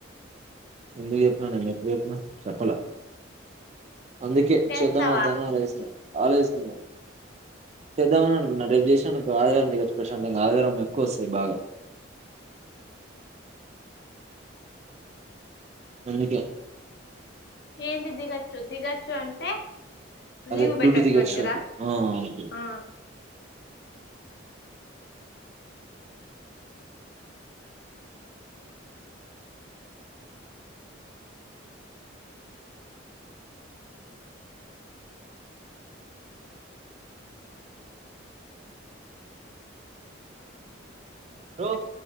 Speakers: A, on the right; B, on the left.
A: ఎందుకు చెప్పిన నేను ఎప్పుడు చెప్పిన చెప్పలే అందుకే
B: చేస్తావా
A: క్షేద్దమ వుద్దా అని ఆలోచిస్తున్న ఆలోచిస్తున్నా చేద్దామని అనుకున్న రేపు చేసినాన్ అనుకో ఆదివారం దిగొచ్చు ప్రశాంతంగా ఆదివారం ఎక్కువ వస్తాయి బాగా అందుకే
B: ఏంది దిగచ్చు దిగచ్చు అంటే
A: అదే
B: లీవ్
A: డ్యూటీ
B: పెట్టచ్చు
A: దిగొచ్చు
B: అని కదా
A: అట్లా ఆ అంతే
B: ఆ
A: బ్రో